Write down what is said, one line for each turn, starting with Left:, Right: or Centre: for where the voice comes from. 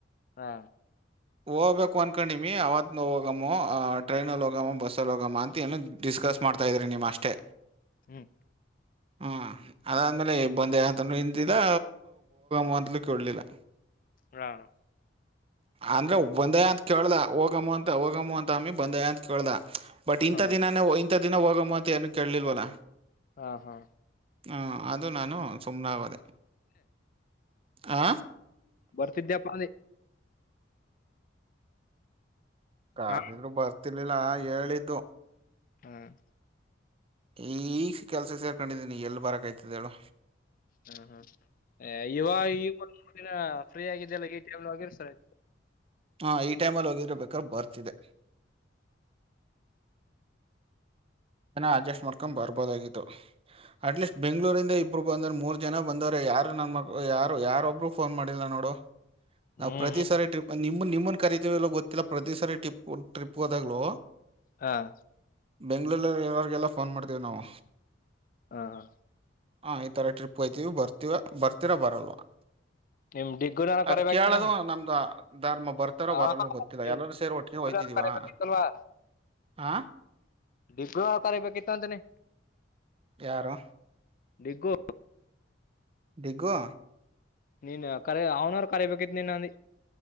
Left: ಹಾ
Right: ಹೋಗ್ಬೇಕು ಅನ್ಕೊಂಡೀಮಿ ಅವತ್ ಹೋಗಮ್ಮೋ ಟ್ರೈನಲ್ಲಿ ಹೋಗಮ್ಮೋ ಬಸ್ಸಲ್ಲಿ ಹೋಗಮ್ಮ ಅಂತ ಏನು ಡಿಸ್ಕಸ್ ಮಾಡ್ತಾ ಇದ್ರರಿ ನಿಮ್ಮ ಅಷ್ಟೇ
Left: ಹ್ಮ್
Right: ಹಾ ಅದಾದ್ಮೇಲೆ
Left: ಹ್ಮ್
Right: ಬಂದ ಯಂತಂದೂ ನಿಂತಿಲ್ಲ ಹೋಗಮ್ಮ ಅಂತಲೂ ಕೇಳಲಿಲ್ಲ
Left: ಹಾ
Right: ಅಂದ್ರೆ ಬಂದೇ ಅಂತ ಕೇಳಲ ಹೋಗಮ್ಮ ಅಂತ ಹೋಗಮ್ಮ ಅಂತ ಅಮಿ ಬಂದೇ ಅಂತ ಕೇಳ್ದ ಬಟ್ ಇಂಥ
Left: ಹಾ
Right: ದಿನಾನೇ ಇಂಥ ದಿನ ಹೋಗ ಮತ್ ಏನ ಕೇಳಲಿಲ್ವಲ್ಲ
Left: ಹಾ ಹಾ
Right: ಹ ಅದು ನಾನು ಸುಮನೆಗೋದೆ ಆ
Left: ಬರ್ತಿದ್ದ್ಯಾಪ್ಪ ಅ
Right: ಕಾರ್ದ್ರು
Left: ಹ
Right: ಬರ್ತಿರ್ಲಿಲ್ಲ ಹೇಳಿದ್ದು
Left: ಹ್ಮ್
Right: ಈಗ ಕೆಲ್ಸಕ್ಕೆ ಸೇರ್ಕೊಂಡಿದ್ದೀನಿ ಎಲ್ಲಿ ಬರಕ್ಯ್ತಿದ್ದೇಳು
Left: ಹ್ಮ್ ಹ್ಮ್ ಇವಾಗ ಈಗ ಒಂದ ಮೂರು ದಿನ ಫ್ರೀ ಆಗಿದ್ದಲ್ಲ ಎ ಟಿ ಎಂ ಆಗಿರ್ತಾರೆ
Right: ಹಾ ಈ ಟೈಮಲ್ಲಿ ಹೋಗಿದ್ರೆ ಬೇಕ್ರ ಬರ್ತಿದೆ ಅಡ್ಜಸ್ಟ್ ಮಾಡ್ಕೊಂಡ್ ಬರ್ಬೋದಾಗಿತ್ತು ಅಟ್ ಲೀಸ್ಟ್ ಬೆಂಗ್ಗಳೂರಿಂದ ಇಬ್ರು ಬಂದ್ರ ಮೂರ್ ಜನ ಬಂದವ್ರ ಯಾರು ನನ್ನ ಮಕ್ ಯಾರು ಯಾರೊಬ್ರು ಫೋನ್ ಮಾಡಿಲ್ಲ ನೋಡು ನಾವು
Left: ಹ್ಮ್
Right: ಪ್ರತಿ
Left: ಹ್ಮ್
Right: ಸಾರಿ ಟ್ರಿಪ್ ನಿಮ್ಮ ನಿಮ್ಮನ್ ಕರತೀವಿ ಗೊತ್ತಿಲ್ಲ ಪ್ರತಿ ಸಾರಿ ಟಿಪ್ ಟ್ರಿಪ್ ಹೋದಾಗ್ಲೂ
Left: ಹಾಂ
Right: ತಿಂಗ್ಗಳೂಲ್ಲಿ ಎಲ್ಲರಿಗೆಲ್ಲ ಫೋನ್ ಮಾಡ್ತೀವಿ ನಾವು
Left: ಹಾ ಹಾ
Right: ಹಾಂ ಈ ಥರ ಟ್ರಿಪ್ ಹೋಗಯ್ತೀವಿ ಬರ್ತೀವಿ ಬರ್ತೀರಾ ಬರಲ್ವಾ
Left: ನಿಮ್ ಡಿಗ್ಗುನ
Right: ಅದ
Left: ಕರಿಬೇಕತನ
Right: ಕೇಳದು ನಮ್ದ ಧರ್ಮ ಬರ್ತ
Left: ಹ
Right: ಬರ್ತರ ಬರಲ್ವಾ ಗೊತ್ತಿಲ್ಲ
Left: ನಿಮ್
Right: ಎಲ್ಲರೂ ಸೇರ್ ಒಟ್ಟಿಗೆ ಹೋಗ್ತಿದೀವಾ
Left: ಕರಿಬೇಕಿತ್ತಲ್ವಾ
Right: ಆ
Left: ಡಿಗ್ ತರಬೇಕಿತ್ತು ಅಂತನಿ
Right: ಯಾರು
Left: ಡಿಗು
Right: ಡಿಗ್ಗು....
Left: ನೀನ್ ಕರ ಅವ್ನವ್ರು ಕರಬೇಕೇಕಿತ್ ನಿನ್ ಅಂದ